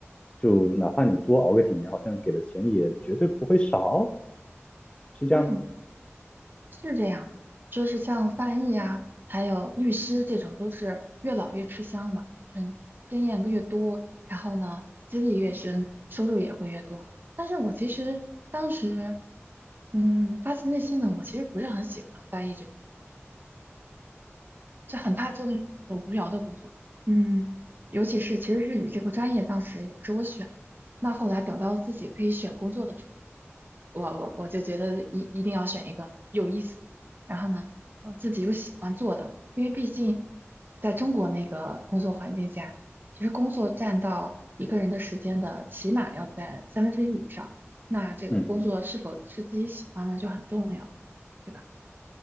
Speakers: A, on the left; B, on the right.
A: 就哪怕你多熬个几年，好像给的钱也绝对不会少，是这样吗？
B: 嗯，是这样的，就是像翻译啊，还有律师这种，都是越老越吃香嘛，就是经验越多，然后呢，资历越深，收入也会越多。但是我其实当时，嗯，发自内心的，我其实不是很喜欢翻译这份工作。就很怕做那种无聊的工作。嗯，尤其是其实日语这个专业当时也不是我选的，那后来等到自己可以选工作的时候，我我我就觉得一一定要选一个有意思的，然后呢，呃，自己又喜欢做的，因为毕竟在中国那个工作环境下，其实工作占到一个人的时间的起码要在三分之一以上，那这个工作是否是自己喜欢的就很重要了，
A: 嗯嗯
B: 对吧？